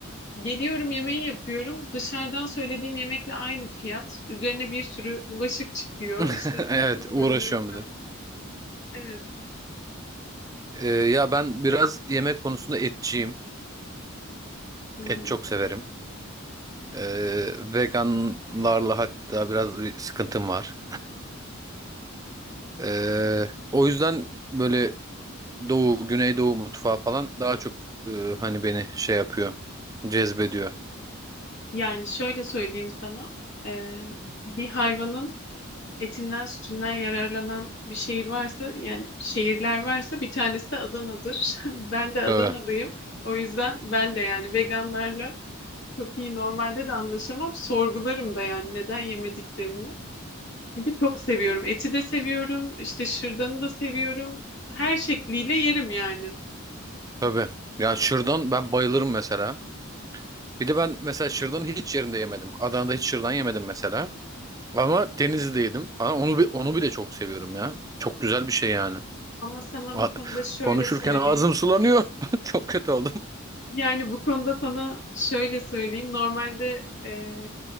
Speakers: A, on the left; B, on the right.
A: Geliyorum yemeği yapıyorum. Dışarıdan söylediğim yemekle aynı fiyat. Üzerine bir sürü bulaşık çıkıyor.
B: <laughs>
A: İşte sıkılıyorum
B: Evet uğraşıyorum
A: vesaire.
B: bir de.
A: Evet.
B: E, ya ben biraz yemek konusunda etçiyim.
A: Hı hı.
B: Et çok severim. E, veganlarla hatta biraz bir sıkıntım var. E, o yüzden böyle Doğu, Güneydoğu mutfağı falan daha çok e, hani beni şey yapıyor, cezbediyor.
A: Yani şöyle söyleyeyim sana. Ee, bir hayvanın etinden sütünden yararlanan bir şehir varsa yani şehirler varsa bir tanesi de Adana'dır. <laughs> Ben de Adanalıyım.
B: Tabii,
A: O yüzden ben de yani veganlarla Çok iyi normalde de anlaşamam. Sorgularım da yani neden yemediklerini. Çünkü çok seviyorum. Eti de seviyorum. işte şırdanı da seviyorum. Her şekliyle yerim yani.
B: tabii. Ya şırdan ben bayılırım mesela. Bir de ben mesela şırdanı hiç yerinde yemedim. Adana'da hiç şırdan yemedim mesela. Ama Denizli'de yedim falan. Onu, bi- onu bile çok seviyorum ya. Çok güzel bir şey yani.
A: Ama sana
B: A-
A: bu konuda şöyle
B: konuşurken
A: söyleyeyim.
B: ağzım sulanıyor. <laughs> Çok kötü oldum.
A: Yani bu konuda sana şöyle söyleyeyim. Normalde e,